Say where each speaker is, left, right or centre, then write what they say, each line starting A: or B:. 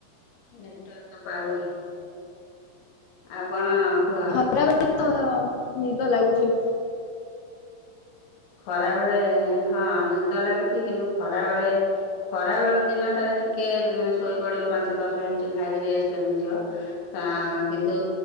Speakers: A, on the left; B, on the left.
A: ନେଟୱର୍କ ପାଉନି ଆଉ କଣ କୁହ?
B: ଖରାବେଳ ତ ନିଦ ଲାଗୁଛି
A: ଖରା ବେଳେ ହଁ ନିଦ ଲାଗୁଛି କିନ୍ତୁ ଖରା ବେଳେ ଖରା ବେଳେ ଦିନଟାରେ ଟିକେ ଶୋଇପଡିବ ପାଞ୍ଚ ଦଶ ମିନିଟ ଖାଇକି ରେଷ୍ଟ ନେଇଯିବ ହଁ କିନ୍ତୁ